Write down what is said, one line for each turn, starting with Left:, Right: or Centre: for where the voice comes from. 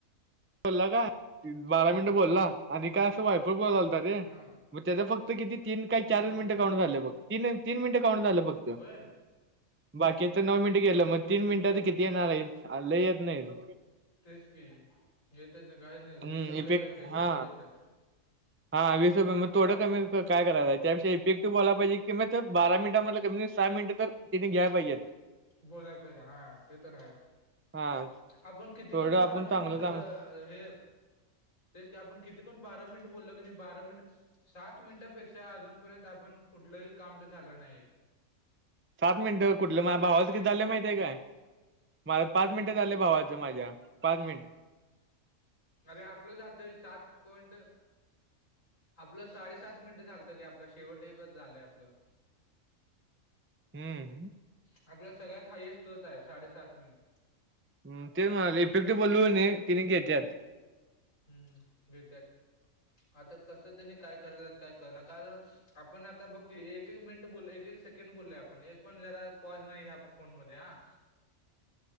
Right: बोलला का, बारा
Left: हा
Right: मिनटं बोलला आणि काय अस वायफळ बोललता रे,
Left: हा
Right: मग तेच फक्त किती तीन काय
Left: हम्म
Right: चार
Left: हम्म
Right: मिनटं काउंट झालं बघ, तीन तीन मिनटं काउंट झालं बघ.
Left: होय?
Right: बाकीच नऊ मिनिटं गेलं मग तीन मिनिटं तर किती येणार हाईत, आ, लई येत नाहीत
Left: तेच की येतच नाय, काय नाही
Right: हम्म
Left: वीस रुपये
Right: इफेक्ट
Left: काय केवड
Right: हा
Left: तर येत्यात.
Right: हा वीस रुपये, मग थोडं कमी क काय कराय त्यापेक्षा इफिक्टिव्ह बोलाय पाहिजे कि मग बारा मिनटां मध्ये कमी सहा मिनिटं तर... तेनी घ्याय पाहिजेत.
Left: बोलाय पाहिजे हा, ते तर हाय
Right: हा
Left: आपण किती
Right: थोडं
Left: पण बारा
Right: आपण
Left: मिनिटं
Right: चांगलं
Left: लग...
Right: चांगलं
Left: हे तेच का आपण किती पण बारा मिनिट बोलल कनी बारा मिनिट सात मिनिटापेक्षा अजूनपर्यंत आपण कुठलंही काउंट झालं नाहीत
Right: सात मिनटं कुठलं, माया
Left: सात
Right: भावाचं
Left: मिनिट
Right: किती झालं माहित आहे काय? माझ, पाच
Left: किती
Right: मिनिट झालं भावाच्या माझ्या पाच मिनट.
Left: अरे आपलं झालत, सात पॉईंट आपलं साडेसात मिनिटं झालतं, की आपला शेवट एकच झालंय आपलं
Right: हम्म
Left: आपल्यात सगळ्यात हायस्ट तोच हाय... साडेसात मिनिटं.
Right: हम्म, तेच म्हणालोय इफेक्ट बोलो कणी त्येनी घेत्यात.
Left: हम्म घेत्यात, आता कसं त्येनी काय कराल्यात काय कळना का आपण आता बघ कि एक- एक मिनिट बोललो... एक- एक सेकंड बोललो आपण, एक पण जरा पॉज नाही ह्या फोन मध्ये हा.
Right: <unintelligible>